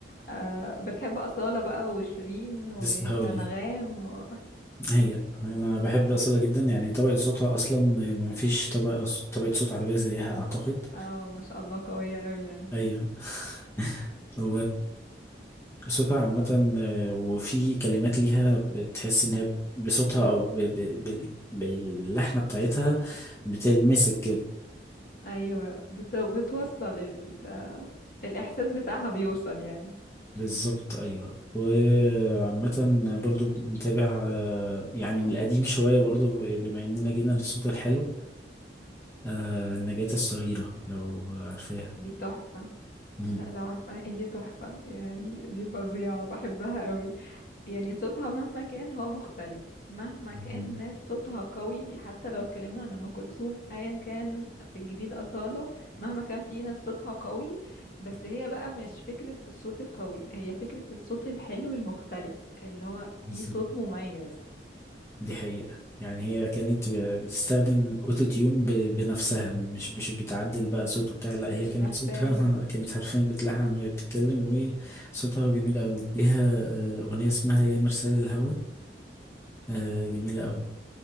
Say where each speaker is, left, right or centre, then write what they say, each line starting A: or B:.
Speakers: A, on the left; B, on the left.
A: آه، بتحب أصالة بقى وشيرين وانغام
B: بس هقول
A: و...
B: هي انا بحب اصلا جدا يعني طبقة صوتها اصلا ما فيش طبقة طبقة صوت عربية زيها اعتقد
A: اه ما شاء الله قوية قوي يعني
B: ايوه <laughs> و صوتها عامة آه، وفي كلمات ليها بتحس ان هي بصوتها او ب... ب... بال... باللحنة بتاعتها بتلمسك كده
A: ايوه بت... بتوصل ال... آه، الاحساس بتاعها بيوصل يعني
B: بالظبط ايوه وعامة برضو متابع آه، يعني من القديم شوية برضو بما اننا جينا للصوت الحلو آه، نجاة الصغيرة لو عارفاها
A: دي تحفة
B: مم.
A: لا لو عارفة ايه دي تحفة يعني دي فظيعة بحبها قوي يعني صوتها مهما كان هو مختلف مهما كان
B: مم.
A: ناس صوتها قوي حتى لو اتكلمنا عن ام كلثوم ايا كان في الجديد اصالة مهما كان في ناس صوتها قوي بس هي بقى مش فكرة الصوت القوي هي فكرة الصوت الحلو المختلف اللي هو
B: بالظبط
A: في صوت مميز
B: دي حقيقة يعني هي كانت ب- بتستخدم اوتو تيون ب- بنفسها مش مش بتعدل بقى صوته بتاع لا
A: مش
B: هي كانت
A: محتاجة
B: صوتها <laughs> كانت حرفيا بتلحن وهي بتتكلم وصوتها جميل قوي ليها آه، اغنية اسمها يا مرسال الهوى آه، جميلة قوي